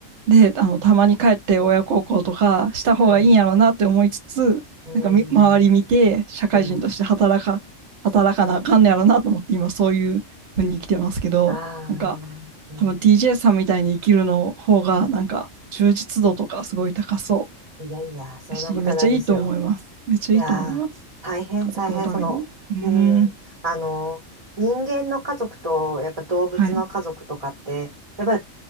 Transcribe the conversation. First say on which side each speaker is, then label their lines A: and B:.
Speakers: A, on the right (about 65°); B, on the right (about 30°).
A: で、あの、たまに帰って親孝行とかした方がいいんやろうなって思いつつ、
B: うん、うん、
A: なんかみ周り見て社会人として働か、
B: うん。
A: 働かなあかんねやろうなと思って今そういう風に生きてますけど、
B: ああ、
A: なんか
B: うん、
A: 多分 TJ さんみたいに生きるの方がなんか充実度とかすごい高そ
B: いやいや、そんなことはないですよ。
A: うし、めっちゃいいと思います。めっちゃいいと思います。
B: いやー、大変大変、
A: 家族のために。
B: その、
A: うーん。
B: うん、あの、人間の家族と、やっぱ動物の家族とかって、
A: はい。
B: やっぱり